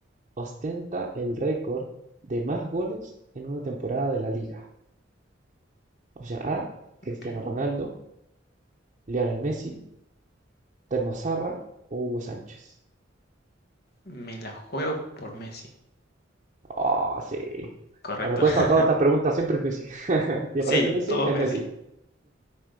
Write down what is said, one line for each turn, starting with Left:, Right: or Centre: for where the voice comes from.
Right: ostenta el récord de más goles en una temporada de la liga? O sea, A, Cristiano
Left: Ok.
Right: Ronaldo, Lionel Messi, Telmo Zarra o Hugo Sánchez.
Left: Me la juego por Messi,
Right: Oh, sí.
Left: ¿correcto?
Right: La respuesta
Left: <laughs>
Right: a todas estas preguntas siempre es Messi. <laughs> Si
Left: Sí,
Right: aparece Messi,
Left: todo
Right: es
Left: Messi.
Right: Messi.